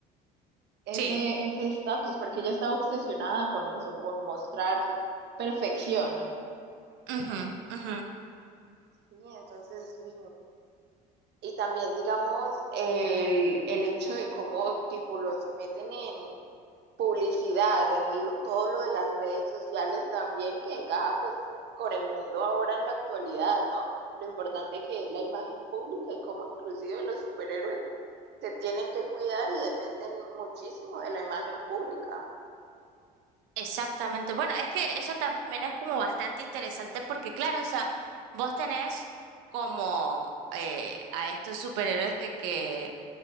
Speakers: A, on the right; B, on the right.
A: ese
B: Sí.
A: ese estatus, porque ella estaba obsesionada con eso, con mostrar perfección.
B: Ujú, ujú.
A: Sí, entonces, mm, y también digamos el, el hecho de cómo tipo los meten en, publicidad, en lo- todo lo de las redes sociales también, que encaja pues con el mundo ahora en la actualidad, ¿no? Lo importante que es la imagen pública y cómo inclusive los superhéroes se tienen que cuidar y dependen muchísimo de la imagen pública.
B: Exactamente. Bueno, es que eso también es como bastante interesante porque, claro, o sea, vos tenés como eh, a estos superhéroes de que